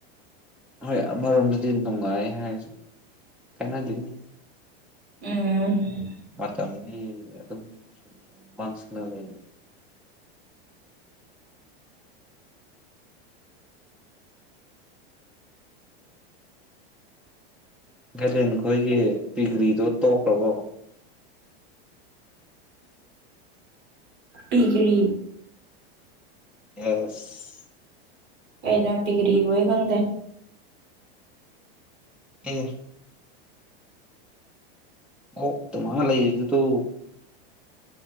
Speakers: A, in the centre; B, on the right.
A: ꯍꯣꯏ ꯑꯃꯔꯣꯝꯗꯗꯤ ꯅꯨꯡꯉꯥꯏ ꯍꯥꯏꯔꯁꯨ ꯀꯥꯏꯅꯗꯅꯤ
B: ꯎꯝ
A: ꯃꯇꯝꯗꯤ ꯑꯦ ꯑꯗꯨꯝ ꯃꯥꯡꯁꯤꯜꯂꯛꯑꯦꯅꯦ ꯀꯥꯏꯂꯦꯟꯈꯣꯏꯒꯤ ꯗꯤꯒ꯭ꯔꯤꯗꯣ ꯇꯣꯛꯈ꯭ꯔꯕꯣ
B: ꯗꯤꯒꯔꯤ
A: ꯑꯁ
B: ꯀꯩꯅ ꯄꯤꯒ꯭ꯔꯤꯕꯨ ꯑꯩ ꯈꯪꯗꯦ
A: ꯑꯦ <unintelligible> ꯂꯩꯕꯗꯣ